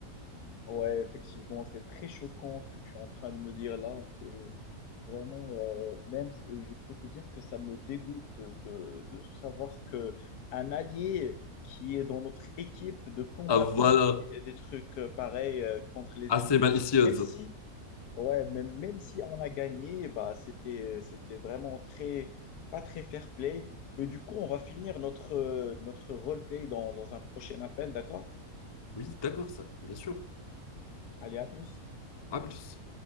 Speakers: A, on the left; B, on the left.
A: Ouais, effectivement, c'est très choquant ce que tu es en train de me dire là. C'est vraiment, euh, même, euh, je peux te dire que ça me dégoûte de, de savoir que un allié qui est dans notre équipe de combattants
B: Ah voilà,
A: fait des trucs euh, pareils euh, contre les
B: assez
A: ennemis.
B: malicieuse.
A: Même si, ouais, même, même si on a gagné, bah, c'était, c'était vraiment très, pas très fair-play. Mais du coup, on va finir notre, euh, notre roleplay dans, dans un prochain appel, d'accord?
B: Oui, d'accord, ça, bien sûr.
A: Allez, à plus.
B: À plus.